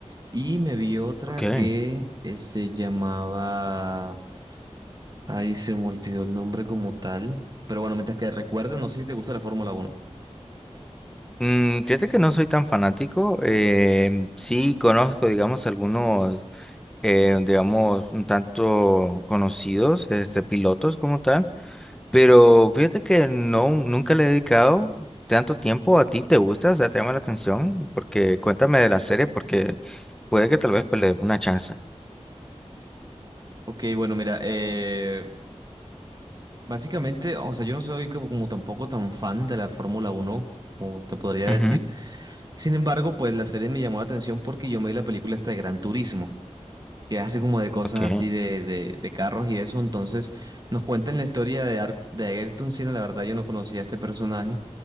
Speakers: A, on the right; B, in the centre.
A: Y me vi otra
B: okay
A: que eh, se llamaba... Ahí se me olvidó el nombre como tal. Pero bueno, mientras que recuerdes, no sé si te gusta la Fórmula uno
B: Mm, fíjate que no soy tan fanático, em, sí conozco, digamos, algunos eh, digamos, un tanto conocidos, este, pilotos como tal, pero fíjate que no, nunca le he dedicado tanto tiempo a ti, ¿te gusta? O sea, te llama la atención, porque cuéntame de la serie, porque puede que tal vez pues, le dé una chance.
A: Ok, bueno, mira, eh, Básicamente, o sea, yo no soy como, como tampoco tan fan de la Fórmula uno como te podría
B: Ujú,
A: decir. Sin embargo, pues la serie me llamó la atención porque yo me vi la película esta de Gran Turismo, que hace como de cosas
B: ok,
A: así de, de, de carros y eso. Entonces, nos cuentan la historia de, Ar- de Ayrton Senna. La verdad, yo no conocía a este personaje.